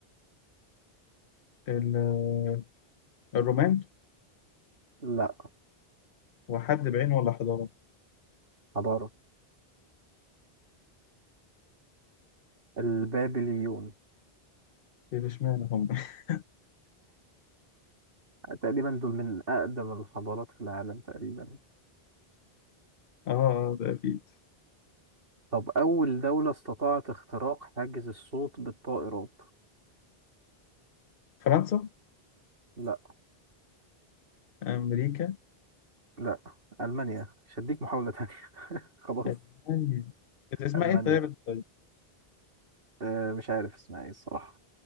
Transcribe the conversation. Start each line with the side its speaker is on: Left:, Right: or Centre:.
Left: ال- آه، الرومان
Right: لا
Left: هو حد بعينه ولا حضاره؟
Right: حضارة البابليون <laughs>
Left: إيه، اشمعنى هم؟ <laughs>
Right: تقريبا دول من أقدم الحضارات في العالم تقريبا
Left: اه آه، ده اكيد
Right: طب أول دولة استطاعت اختراق حاجز الصوت بالطائرات
Left: فرنسا
Right: لا
Left: أمريكا
Right: لا ألمانيا مش هديك محاولة تانية <laughs> خلاص
Left: ألمانيا كانت اسمها
Right: ألمانيا
Left: إيه طيب الطيب
Right: آه مش عارف اسمها ايه الصراحة